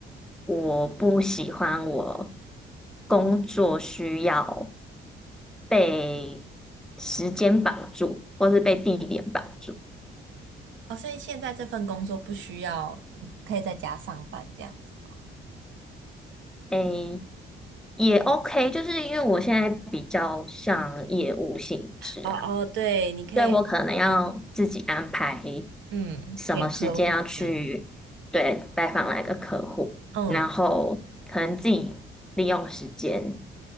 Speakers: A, in the centre; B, on the right (about 70°).
A: 我不喜欢我工作需要被时间绑住，或是被地点绑住。
B: 哦，所以现在这份工作不需要，你可以在家上班这样子。
A: 诶，也 OK，就是因为我现在比较像业务性质啊，
B: 哦哦，对，你可以
A: 所以我可能要自己安排
B: 嗯见客户这样。
A: 什么时间要去对拜访哪个客户，
B: 嗯
A: 然后可能自己利用时间，